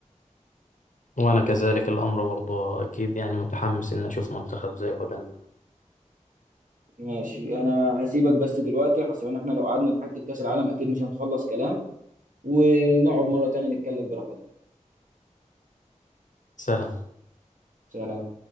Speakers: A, on the left (about 75°); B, on the right (about 85°).
A: وأنا كذلك الأمر برضه أكيد يعني متحمس إن أشوف منتخب زي هولندا
B: ماشي انا هسيبك بس دلوقتي عشان احنا لو قعدنا نحكي في كأس العالم اكيد مش هنخلص كلام ونقعد مرة تانية نتكلم براحتنا
A: سلام
B: سلام